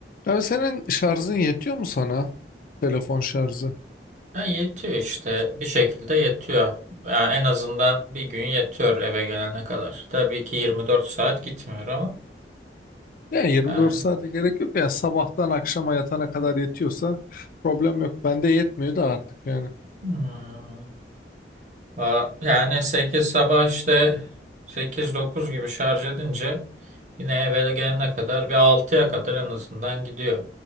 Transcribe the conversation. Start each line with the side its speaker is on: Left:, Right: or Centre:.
Left: Abi senin şarjın yetiyor mu sana? Telefon şarjı.
Right: Ha, yetiyor işte bir şekilde yetiyor. Yani en azından bir gün yetiyor eve gelene kadar. Tabii ki 24 saat gitmiyor ama.
Left: Yani 24
Right: Yani,
Left: saate gerek yok. Yani sabahtan akşama yatana kadar yetiyorsa problem yok. Bende yetmiyor da artık yani.
Right: Hmm. Va- yani 8 sabah işte sekiz dokuz gibi şarj edince yine eve gelene kadar bir altıya kadar en azından gidiyor.